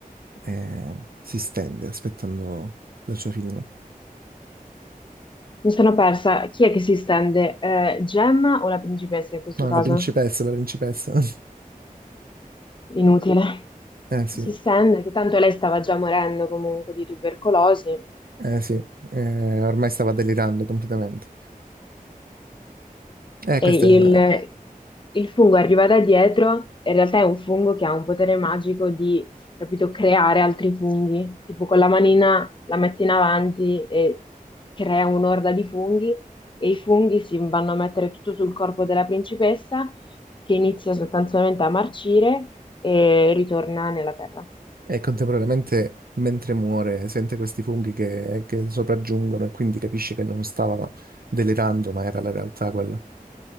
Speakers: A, on the right; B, on the left.
A: e si stende aspettando la sua fine.
B: Mi sono persa. Chi è che si stende? Eh, Gemma o la principessa in questo
A: No,
B: caso?
A: la principessa, la principessa. <laughs>
B: Inutile.
A: Eh sì.
B: Si stende, che tanto lei stava già morendo comunque di tubercolosi.
A: Eh sì, eh, ormai stava delirando completamente. Eh,
B: E
A: questa
B: il, il fungo arriva da dietro, e in realtà è un fungo che ha un potere magico di, capito, creare altri funghi. Tipo con la manina la metti in avanti e crea un'orda di funghi e i funghi si vanno a mettere tutto sul corpo della principessa che inizia sostanzialmente a marcire e ritorna nella terra.
A: è contemporaneamente, mentre muore, sente questi funghi che, che sopraggiungono e quindi capisce che non stava delirando, ma era la realtà quella.